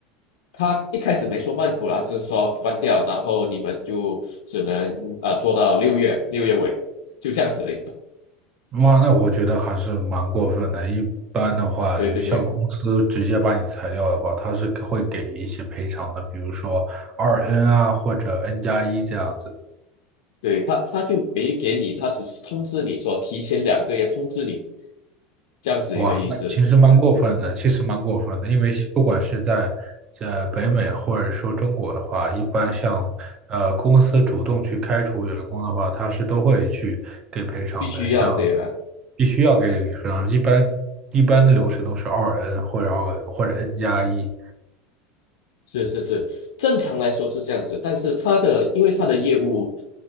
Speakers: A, on the left (about 80°); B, on the right (about 35°).
A: 他一开始没说曼谷啦，是说关掉，然后你们就只能呃做到六月六月尾，就这样子而已。
B: 哇，那我觉得还是蛮过分的。一般的话，
A: 对对对
B: 像公司直接把你裁掉的话，他是会给一些赔偿的，比如说二 N 啊，或者 N 加一这样子的。
A: 对，他他就没给你，他只是通知你说提前两个月通知你，这样子一个意思，
B: 哇，那其实蛮过分的，其实蛮过分的，因为不管是在在北美或者说中国的话，一般像呃公司主动去开除员工的话，他是都会去给赔偿的，
A: 必须要对吧？
B: 像必须要给赔偿，一般一般的流程都是二 N 或者二或者 N 加一。
A: 是是是，正常来说是这样子，但是他的因为他的业务，